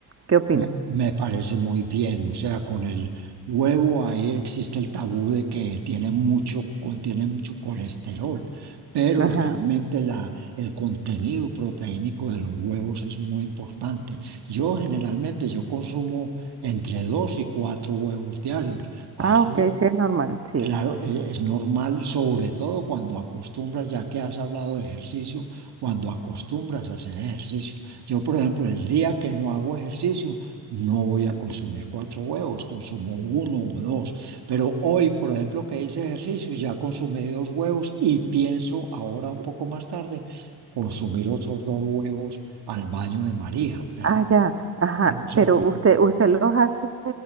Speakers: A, on the right; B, on the right.
A: ¿Qué opina?
B: Me me parece muy bien, o sea, con el huevo ahí existe el tabú de que tiene mucho, contiene mucho colesterol, pero
A: Ajá.
B: realmente la, el contenido proteínico de los huevos es muy importante. Yo generalmente yo consumo entre dos y cuatro huevos diarios, así
A: Ah, ok, sí es normal, sí.
B: Claro, <laughs> e- es normal, sobre todo cuando acostumbras, ya que has hablado de ejercicio, cuando acostumbras a hacer ejercicio. Yo, por ejemplo, el día que no hago ejercicio, no voy a consumir cuatro huevos, consumo uno o dos. Pero hoy, por ejemplo, que hice ejercicio, ya consumí dos huevos y pienso ahora un poco más tarde consumir otros dos huevos al baño de María, ¿verdad?
A: Ah, ya, ajá,
B: Unos
A: pero
B: alfajores,
A: usted, usted los hace